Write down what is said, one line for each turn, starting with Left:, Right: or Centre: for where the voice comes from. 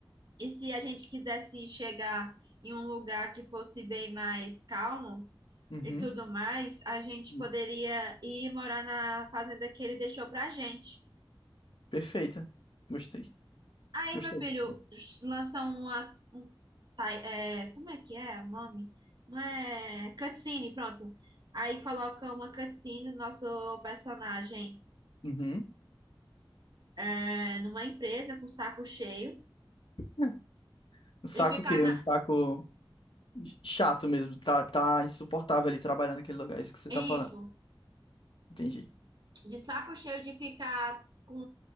Right: E se a gente quisesse chegar em um lugar que fosse bem mais calmo
Left: Uhum.
Right: e tudo mais, a gente
Left: Hum.
Right: poderia ir morar na fazenda que ele deixou pra gente.
Left: Perfeita. Gostei.
Right: Aí,
Left: Gostei
Right: meu filho,
Left: dessa.
Right: lança uma. um ti- é, como é que é o nome? Não é. Cutscene, pronto. Aí coloca uma cutscene do nosso personagem
Left: Uhum.
Right: é, numa empresa com o saco cheio
Left: É. Um saco
Right: e ficar
Left: que
Right: na.
Left: um saco chato mesmo. Tá, tá insuportável ali trabalhar naquele lugar. É Isso que você
Right: Isso.
Left: tá falando. Entendi.
Right: de saco cheio de ficar com